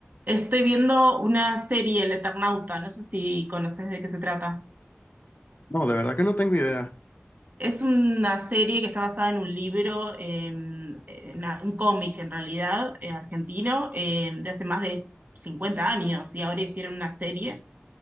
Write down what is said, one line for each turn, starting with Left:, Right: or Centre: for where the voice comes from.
Right: Estoy viendo una serie, El Eternauta, no sé si conoces de qué se trata.
Left: No, de verdad que no tengo idea.
Right: Es una serie que está basada en un libro, em, en una- un cómic en realidad, eh, argentino, em, de hace más de 50 años y ahora hicieron una serie